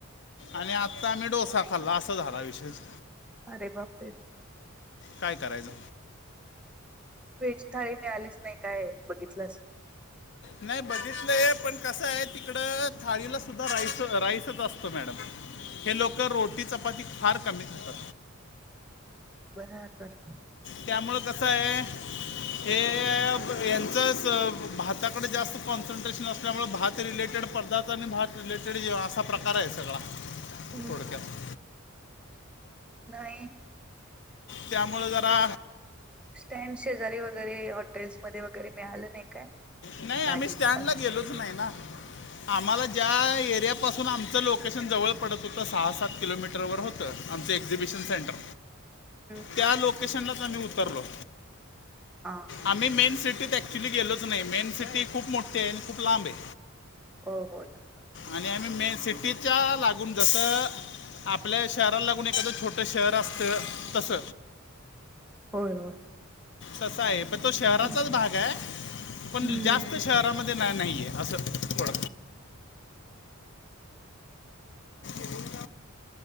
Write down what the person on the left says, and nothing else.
आणि आत्ता आम्ही डोसा खाल्ला असा झाला विशेष
काय करायचं
नाही बघितलंय पण कसं आहे तिकड थाळीला सुद्धा राईस राईसच असतो मॅडम हे लोक रोटी चपाती फार कमी करतात
त्यामुळे कस आहे हे यांच भाताकडे जास्त कॉन्सन्ट्रेशन असल्यामुळे भात ते रिलेटेड पदार्थ आणि भात रिलेटेड असा प्रकार आहे सगळा
थोडक्यात
त्यामुळे जरा
नाही आम्ही
स्टँड
ला गेलोच नाही ना आम्हाला ज्या एरियापासून आमच लोक कशन जवळ पडत होतं सहा सात किलोमीटरवर होतं आमचं एक्झिबिशन सेंटर
त्या
लोकेशनलाच आम्ही उतरलो
आम्ही मेन सिटीत ॲक्च्युली गेलोच नाही मेन सिटी खूप मोठी आहे आणि खूप लांब आहे
आणि आम्ही मेन सिटीच्या लागून जसं आपल्या शहराला लागून एखादं छोट शहर असतं तस
तसा आहे पण तो शहराचाच
बाहेर पण
जास्त शहरामध्ये नाही नाहीये असं थोड ह